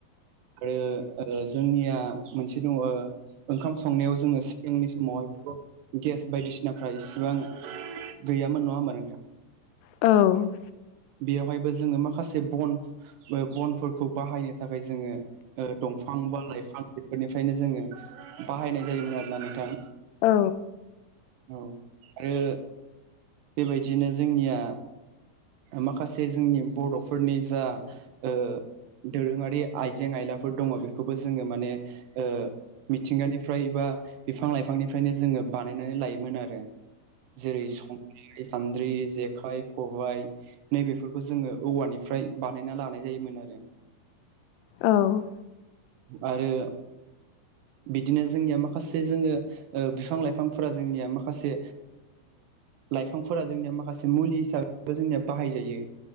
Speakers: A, on the right (about 80°); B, on the left (about 85°).
A: आरो जोंनिया मोनसे दङ ओंखाम संनायाव जोङो सिगांनि समावहाय गेस बायदिसिनाफ्रा इसिबां गैयामोन नङा होमबा नोंथां
B: औ
A: बेयावहायबो जोङो माखासे बन बनफोरखौ बाहायनो थाखाय जोङो दंफां बा लाइफां बेफोरनिफ्रायनो जोङो बाहायनाय जायोमोन आरो ना नोंथां
B: औ
A: औ आरो बेबायदिनो जोंनिया माखासे जोंनि बर'फोरनि जा ओ दोरोङारि आइजें आयलाफोर दङ बेखौबो जोङो माने ओ मिथिंगानिफ्राय बा बिफां लाइफांनिफ्रायनो जोङो बानायनानै लायोमोन आरो जेरै संग्राय सान्द्रि जेखाइ खबाय नैबेफोरखौ जोङो औवानिफ्राय बानायना लानाय जायोमोन आरो
B: औ
A: आरो बिदिनो जोंनिया माखासे जोङो बिफां लाइफांफोरा जोंनिया माखासे लाइफांफोरा जोंनिया माखासे मुलि हिसाबैबो जोंनिया बाहायजायो